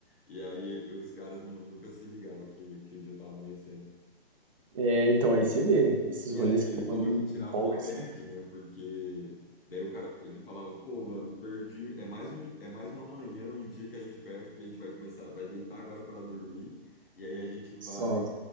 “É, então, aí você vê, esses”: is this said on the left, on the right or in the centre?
Right